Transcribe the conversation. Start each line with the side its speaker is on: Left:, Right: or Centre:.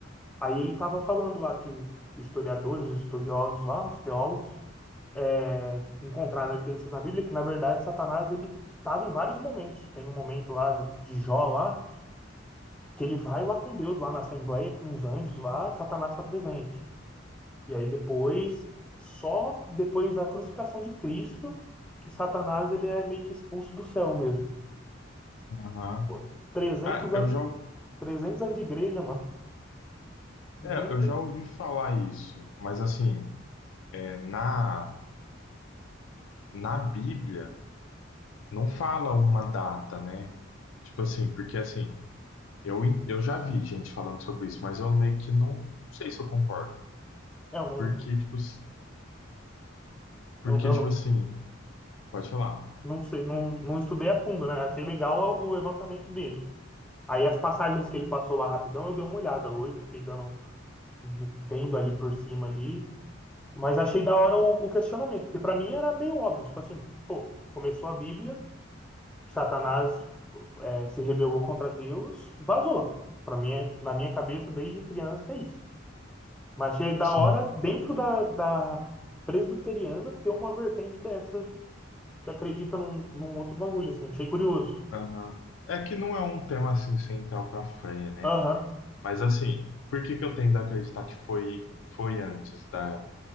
Centre: Aí ele tava falando lá que historiadores, estudiosos lá, os teólogos, é, encontrar evidências na Bíblia que, na verdade, Satanás ele estava em vários momentos. Tem um momento lá de Jó lá que ele vai lá com Deus lá na assembleia com os anjos lá, Satanás está presente. E aí depois, só depois da crucificação de Cristo que Satanás ele é meio que expulso do céu mesmo.
Left: aham.
Centre: Pô, 300
Left: Ah,
Centre: anos,
Left: eu já,
Centre: 300 anos de igreja, mano. Nunca,
Left: é, eu já ouvi falar isso, mas assim, é, na, na Bíblia não fala uma data, né? Tipo assim, porque assim, eu, en- eu já vi gente falando sobre isso, mas eu meio que não, não sei se eu concordo.
Centre: eu não,
Left: Porque, tipo, s- porque,
Centre: eu, eu
Left: tipo
Centre: não,
Left: assim. Pode falar.
Centre: não sei, não, não estudei a fundo, né? Achei legal o levantamento dele. Aí as passagens que ele passou lá rapidão, eu dei uma olhada hoje, fiquei dando, vendo ali por cima ali, mas achei da hora o, o questionamento, porque para mim era meio óbvio, tipo assim, pô, começou a Bíblia, Satanás é, se rebelou contra Deus, vazou. Para mim, é, na minha cabeça, desde criança, é isso. Mas achei da
Left: Sim.
Centre: hora, dentro da, da presbiteriana, ter uma vertente dessa, que acredita num, num outro bagulho, assim, achei curioso.
Left: Aham. É que não é um tema assim central para a Freya, né?
Centre: Aham,
Left: Mas assim, por que que eu tendo a acreditar que foi foi antes da,